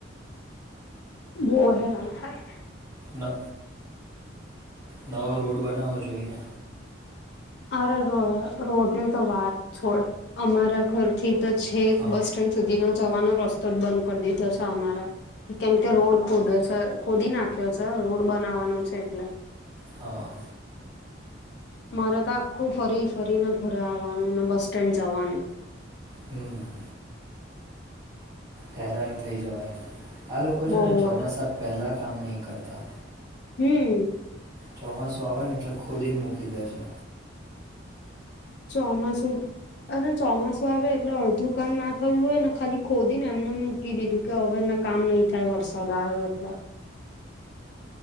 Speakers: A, on the left; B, on the right.
A: બહુ હેરાન થાય.
B: ન નવો રોડ બનાવો જોઈએ.
A: અરર રોડ રોડની તો વાત છોડ અમારા ઘરથી તો છેક
B: હા
A: બસ ટ્રેન સુધીનો જવાનો રસ્તો જ બંધ કરી દીધો છે અમારે. કેમ કે રોડ ખોદયો છે ખોદી નાખ્યો છે રોડ બનાવાનો છે એટલે.
B: હા
A: મારે તો આખું ફરી ફરીને ઘરે આવવાનું ને બસ સ્ટેન્ડ જવાનું.
B: હમ હેરાન થઈ જવાય. આ લોકો
A: બહુ
B: છે ને ચોમાસા પહેલાં કામ નહીં કરતા.
A: હમ
B: ચોમાસું આવે ને એટલે ખોદીને મૂકી દે છે.
A: ચોમાસું અરે ચોમાસું આવે એટલે અડધું કામ ના થયું હોય ને ખાલી ખોદી ને એમનેમ મુક કી દીધું કે હવેને કામ નહી થાય વરસાદ આયો એટલે.